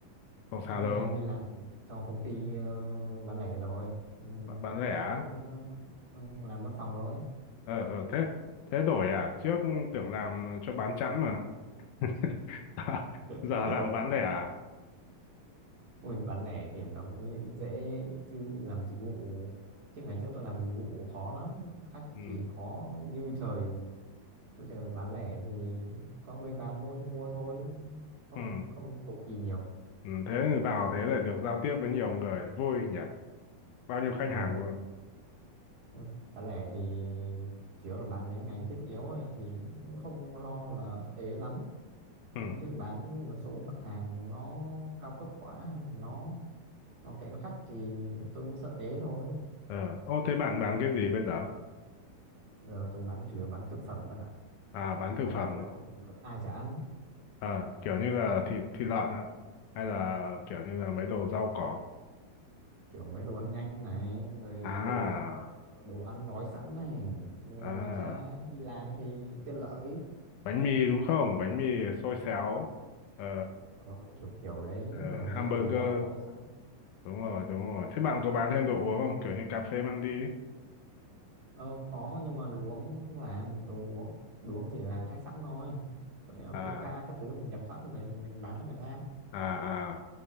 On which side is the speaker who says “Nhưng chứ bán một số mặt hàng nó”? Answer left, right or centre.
Right